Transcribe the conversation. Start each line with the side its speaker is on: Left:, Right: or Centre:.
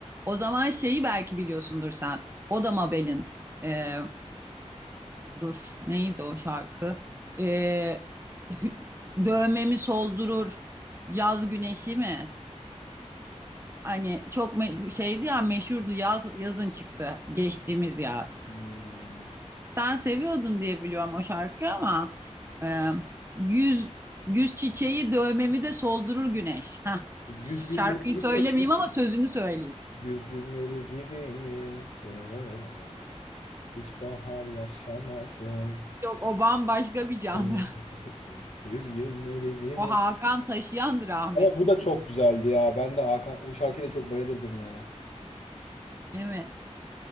Right: O zaman şeyi belki biliyorsundur sen. O da Mabel'in e, dur neydi o şarkı? E, hü- dövmemi soldurur yaz güneşi mi? Hani çok me- şeydi ya meşhurdu yaz yazın çıktı geçtiğimiz yaz.
Left: Hmm.
Right: Sen seviyordun diye biliyorum o şarkıyı ama e, güz güz çiçeği dövmemi de soldurur güneş. Heh,
Left: Güzgülleri
Right: şarkıyı
Left: gibiyim.
Right: söylemeyeyim ama sözünü söyleyeyim.
Left: Güz gülleri gibiyim. Dırırırırırırım. Hiç bahar yaşamadım.
Right: Yok o bambaşka bir janra.
Left: <laughs>
Right: <laughs>
Left: Güzgülleri gibi
Right: O Hakan Taşıyan'dı rahmetli.
Left: Ama bu da çok güzeldi ya. Ben de Hakan o şarkıya da çok bayılırdım yani.
Right: Evet.